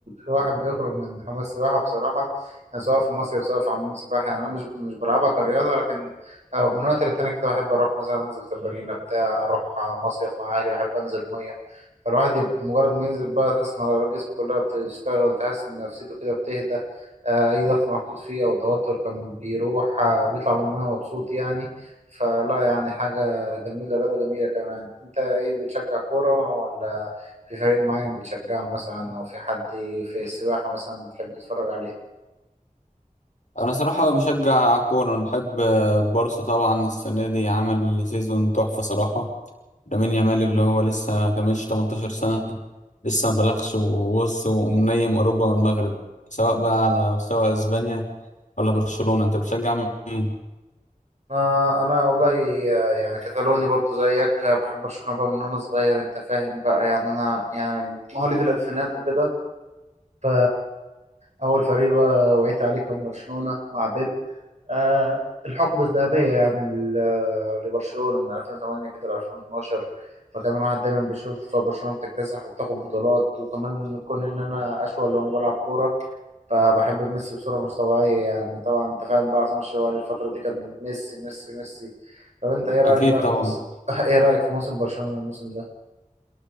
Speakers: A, on the right (about 55°); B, on the left (about 60°).
A: الواحد بيخرج من حمام السباحه بصراحه يعني سواء في مصيف سواء في حمام السباحه يعني انا مش مش بلعبها كرياضه لكن أو من وقت للتاني كده بحب اروح مثلا انزل تمرينه بتاع اروح مصيف مع اهلي بحب انزل ميه فالواحد يب- مجرد ما ينزل بقى تحس ان عضلات جسمه كلها بتشتغل تحس ان نفسيته كده بتهدى آه، اي ضغط محطوط فيه او توتر كان بيروح آه، بيطلع من الميه مبسوط يعني فلا يعني حاجه جميله رياضه جميله كمان انت ايه بتشجع كوره ولا في فريق معين بتشجعه مثلا او في حد في السباحة مثلا بتحب تتفرج عليه
B: انا صراحه بشجع كوره انا بحب آه، البارسا طبعا السنه دي عمل سيزون تحفه صراحه لامين يامال اللي
A: مم.
B: هو لسه كملش 18 سنه لسه ما بلغش ووص ومنيم اوروبا والمغرب سواء بقى على مستوى اسبانيا ولا برشلونه انت بتشجع مين
A: آه انا والله آه، يعني كتالوني برضو زيك آه، بحب برشلونة بقى من وانا صغير انت فاهم بقى يعني انا يعني مواليد الالفينات وكده ف اول فريق بقى وعيت عليه كان برشلونة مع بيب آه الحقبة الذهبية يعني ل- آه، لبرشلونة من 2008 كده ل 2012 فكان الواحد دايما بيشوف برشلونة بتكتسح وبتاخد بطولات وكمان كون إن أنا أشول وأنا بلعب كورة فبحب ميسي بصورة مش طبيعية يعني طبعا أنت فاهم بقى عصام الشوالي الفترة دي كان ميسي ميسي ميسي طب أنت إيه رأيك
B: اكيد
A: بقى
B: طبعا
A: في موسم <laughs> إيه رأيك في موسم برشلونة الموسم ده؟